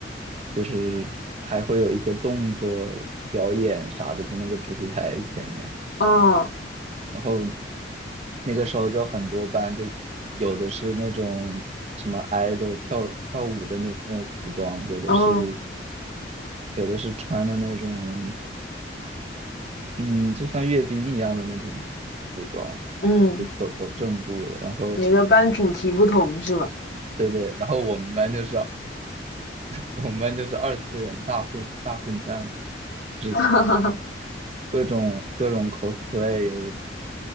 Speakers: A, on the right; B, on the left.
A: 就是还会有一些动作表演啥的在那个主席台前面。
B: 嗯
A: 然后那个时候就很多班，就有的是那种什么 idol 跳跳舞的那种服装，有的是
B: 嗯
A: 有的是穿的那种嗯，就像阅兵一样的那种服装，
B: 嗯，
A: 就走走正步的。然后，
B: 每个班主题不同是吧？
A: 对对，然后我们班就是 <laughs> 我们班就是二次元大混大混战，就是
B: <laughs>
A: 各种各种 cosplay，有的